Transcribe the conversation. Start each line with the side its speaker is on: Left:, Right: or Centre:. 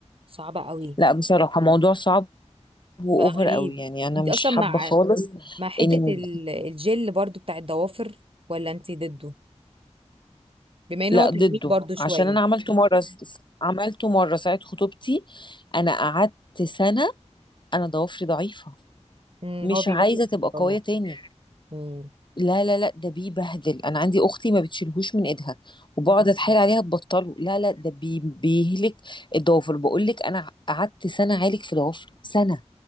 Right: صعبه قوي
Left: لأ بصراحة موضوع صعب وأوفر
Right: بقى غريب
Left: أوي، يعني أنا
Right: انت
Left: مش
Right: اصلا
Left: حابة
Right: مع
Left: خالص
Right: مع حتة
Left: إن
Right: ال- الجل برضو بتاع الضوافر ولا انتي ضده بما ان
Left: لأ
Right: هو تجميل
Left: ضده،
Right: برضو شوية
Left: عشان أنا عملته مرّة س س عملته مرّة ساعة خطوبتي، أنا قعدت سَنة أنا ضوافري ضعيفة،
Right: امم
Left: مش
Right: هو بيبوظ
Left: عايزة تبقى
Right: الضوافر
Left: قوية تاني،
Right: امم
Left: لا، لا، لأ ده بيبهدل، أنا عندي أختي ما بتشيلهوش من إيدها وباقعد
Right: أمم.
Left: أتحايل عليها تبطّله، لا، لأ ده بي بيهلك الضوافر، باقول لِك أنا ع قعدت سَنة أعالج في ضوافري، سَنة.